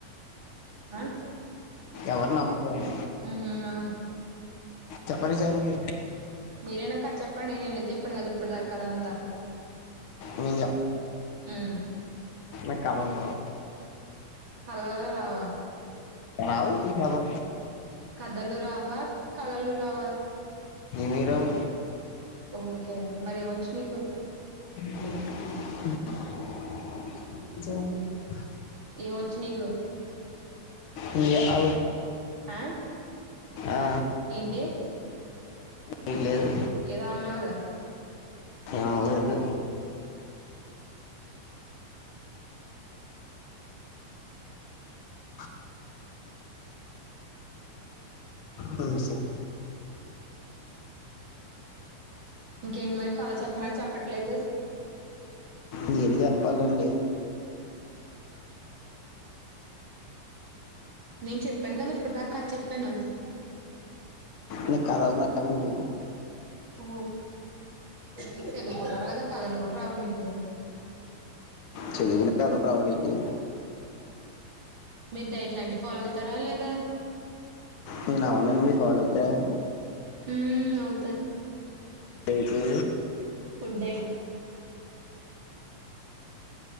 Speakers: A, on the right; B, on the left.
A: ఆ
B: ఎవరు నమ్మకూడదు
A: హ్మ్ అవును
B: చెప్పండి సార్ మీరు
A: మీరేనాక చెప్పండి నేను చె చెప్పను కద ఇప్పుడు కధ అంతా
B: మీ
A: ఉమ్
B: మ <inaudible> కథలూరు
A: కలలో రావా
B: రావు నీకదు
A: కథలు రావా కళలు రావా
B: ఏమి రావు
A: ఓకే మరి ఏమొచ్చు మీకు స
B: వో <inaudible>
A: ఏమి వచ్చు నీకు
B: నీ ఆలో
A: ఆ
B: ఆ
A: ఏంటి
B: నీకు లేదు
A: ఏదో అన్నావు కదా
B: ఆ అదే ఆ అ స
A: ఇంకేంటి మరి కథ చెప్పమం చెప్ప చెప్పట్లేదు
B: మీరే చెప్పాలండి
A: నేను చెప్పాను కదా ఇప్పుటి దాకా కధ చె కను
B: నాకు కథలు రావండి
A: ఓ మీరు చదువుకున్నారు గ కదలు కూడా రావా పో
B: చదువుకునే కథలు రావాలండి
A: మీరు డైట్ లాంటివి ఫాలో అవుతారా లేదా
B: నువ్వు <unintelligible> ఫాలో అవుతావా
A: హ అవుతా
B: అయితే
A: ఫుడ్ అయిత